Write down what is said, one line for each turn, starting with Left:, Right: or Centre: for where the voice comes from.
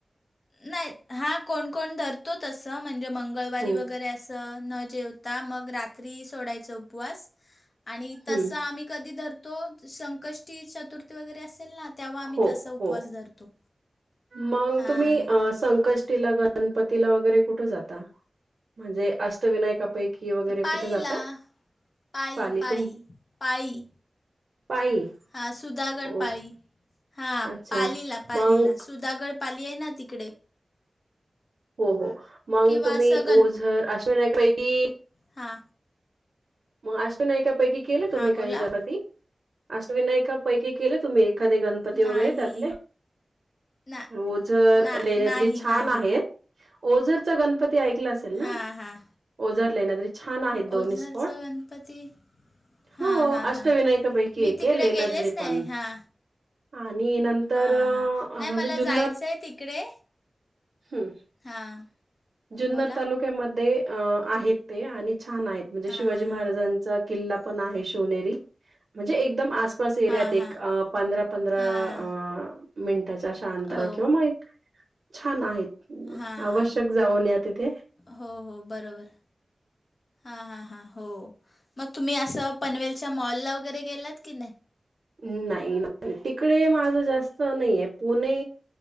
Left: नाही हा कोण कोण धरतो तस म्हणजे मंगळवारी
Right: हम्म
Left: वगैरे अस त न जेवता मग रात्री सोडायचा उपवास आणि
Right: हम्म.
Left: तसं आम्ही कधी धरतो संकष्टी चतुर्थी वगैरे असेल ना तेव्हा आम्ही
Right: हो
Left: तसा उपवास
Right: हो
Left: धरतो
Right: मग
Left: हां.
Right: तुम्ही अ संकष्टीला गणपतीला वगैरे कुठे जाता म्हणजे अष्टविनायकापैकी की वगैरे
Left: पाळीला
Right: कुठे जातात
Left: पाळी
Right: पाली
Left: पाळी
Right: तुम
Left: पाळी
Right: पायी
Left: हां सुधागड
Right: ओ
Left: पाळी हां
Right: अच्छा
Left: पालीला पालीला
Right: मग
Left: सुधा दागड पाली आहे ना तिकडे
Right: हो हो मग
Left: किंवा
Right: तुम्ही
Left: असं
Right: ओझर अश्विना पैकी
Left: हा
Right: म अष्टविनायकापैकी केलं
Left: हां
Right: तुम्ही
Left: बोला
Right: काही गराती अष्टविनायका पैकी केल तुम्ही एखादे गणं पती
Left: नाही
Right: वगैरे त्यातले
Left: ना
Right: ओझर,
Left: ना
Right: लेण्याद्री
Left: नाही
Right: छान
Left: नाही
Right: आहेत ओझरचा गणपती ऐकला असेल ना
Left: हां हां
Right: ओझर लेण्याद्री छान आहेत दोन्ही
Left: ओझरचा
Right: सो
Left: गणपती हां
Right: हो
Left: हां
Right: अष्टविनायकापैकी
Left: हां मी
Right: एक
Left: तिकडे
Right: ये लेण्याद्री
Left: गेलेच नाही
Right: पण
Left: हां
Right: आणि नंतर
Left: हां
Right: अ
Left: हां नाही
Right: म्हणजे
Left: मला
Right: जुनत
Left: जायचं आहे तिकडे
Right: हम्म
Left: हां
Right: जुन्नत
Left: बोला
Right: तालुक्या ते मध्ये अ आहेत ते आणि छान आहेत म्हणजे
Left: हां
Right: शिवाजी
Left: हां
Right: महाराजांना
Left: हां
Right: च किल्ला पण आहे शिवनेरी म्हणजे एकदम आस असं एऱ्यात
Left: हां
Right: एक
Left: हां
Right: पंधरा पंधरा
Left: हां
Right: अ मिनटाच्या अशा अंतरा
Left: हो
Right: किंवा मय छान आहेत
Left: हां
Right: आवश्यक
Left: हां
Right: जाऊन या तिथे
Left: हो हो बरोबर हां हां हां हो मग तुम्ही असं पनवेलच्या मॉलला वगैरे गेलात की नाय.
Right: म नाही नाही तिकडे माझं जास्त नाहीये पुणे